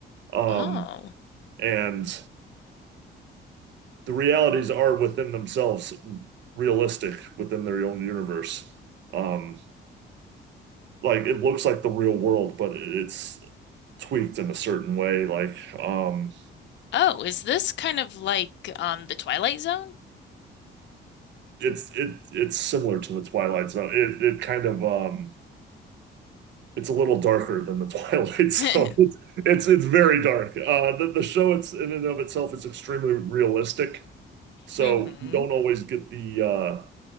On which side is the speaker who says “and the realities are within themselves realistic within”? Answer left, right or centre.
Right